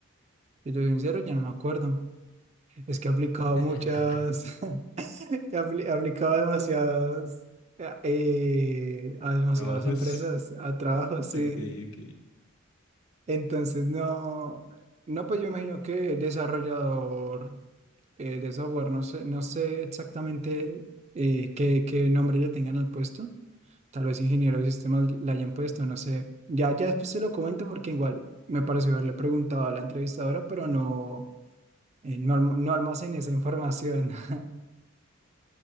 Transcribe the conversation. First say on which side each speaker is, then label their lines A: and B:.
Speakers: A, on the right; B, on the left.
A: Si yo soy sincero, ya no me acuerdo. Es que he aplicado
B: <laughs>
A: muchas, <laughs> apli- aplicaba demasiadas, eh, a demasiadas
B: Trabajos.
A: empresas, a trabajos, sí.
B: Ok, ok.
A: Entonces, no, no, pues yo imagino que desarrollador eh, de software, no sé, no sé exactamente eh, qué, qué nombre le tengan al puesto. Tal vez ingeniero de sistemas le hayan puesto, no sé. Ya, ya después se lo comento porque igual me pareció haberle preguntado a la entrevistadora, pero no, eh, no, alm- no almacené esa información. <laughs>